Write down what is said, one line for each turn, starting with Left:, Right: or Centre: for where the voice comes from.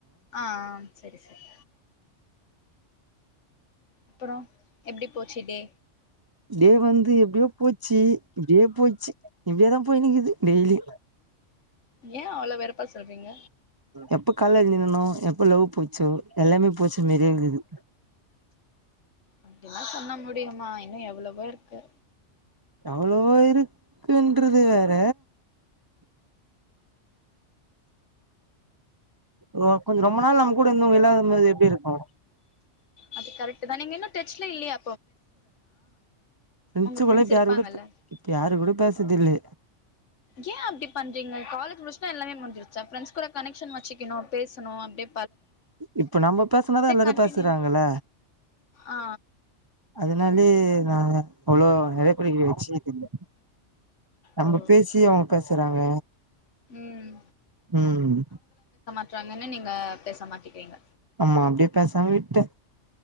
Left: ஆ ஆ சரி சரி அப்புற எப்டி போச்சு டே
Right: இப்டே வந்து எப்டியோ போச்சு இப்டியே போயச்சு இப்டியே தா போயீக்குது டெய்லி
Left: ஏ அவ்ளோ வெறுப்பா சொல்றீங்க
Right: எப்ப கால நின்னனோ எப்ப லவ் போச்சோ எல்லாமே போச்ச மிர்ந்தது
Left: அப்புல்லா சொன்னா முடியுமா இன்னு எவ்ளவோ இருக்கு
Right: அவ்வளவா இருக்குன்றது வேற ஓ கொஞ் ரொம்ப நாள் நம்ம கூட இருந்தவங்க இல்லாதது எப்டி இருக்கு
Left: அது கரெக்டு தா நீங்க இன்னு டச்ல இல்லயா
Right: ப்ரண்ஷூக்குள்ள
Left: உங்க ஃப்ரெண்ட்ஸ்
Right: இப்ப
Left: இருப்பாங்கல்ல
Right: யாரு கூட இப்ப யாரு கூட பேசறதில்ல
Left: ஏ அப்டி பண்றீங்க காலேஜ் முடிச்டா எல்லாமே முஞ்சிருச்ச ப்ரண்ட்ஸ் கூட கனெக்ஷன் வச்சுக்கணு பேச சொனோ அப்டே
Right: இப்ப நம்ம பேசனாதா எல்லாரு
Left: கண்டினியூ
Right: பேசுறாங்கல
Left: ஆ
Right: அதுனாலே ஆ அவ்ளோ புடிகல வச்சிகது இல்ல நம்ம
Left: ஓ
Right: பேசியு அவுங் பேசறாங்க
Left: ம்
Right: ம்
Left: சொன்னனே நீங்க பேச மாட் டீகீங்க
Right: ஆமா அப்டியே பேசாம விட்டே